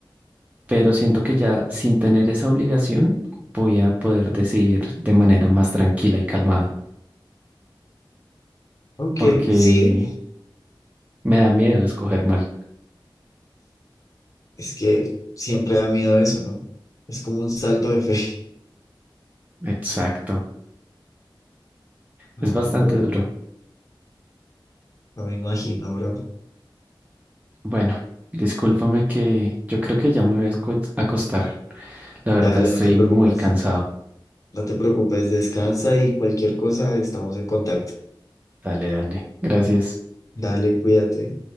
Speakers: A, on the right; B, on the left.
A: Pero siento que ya sin tener esa obligación voy a poder decidir de manera más tranquila y calmada,
B: Ok,
A: porque
B: sí.
A: me da miedo escoger mal.
B: Es que siempre da miedo eso, ¿no? Es como un salto de fe.
A: Exacto.
B: <laughs>
A: Es
B: Ay,
A: bastante
B: bro.
A: duro.
B: No me imagino, bro.
A: Bueno, discúlpame que yo creo que ya me voy a escu- acostar. La verdad
B: Dale,
A: estoy
B: no te preocupes.
A: muy cansado.
B: No te preocupes, descansa y cualquier cosa estamos en contacto.
A: Dale, dale. Gracias.
B: Dale, cuídate.